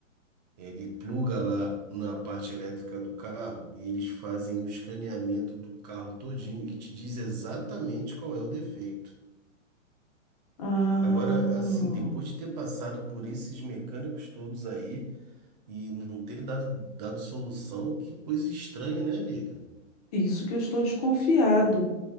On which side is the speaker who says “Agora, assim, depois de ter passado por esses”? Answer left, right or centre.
Right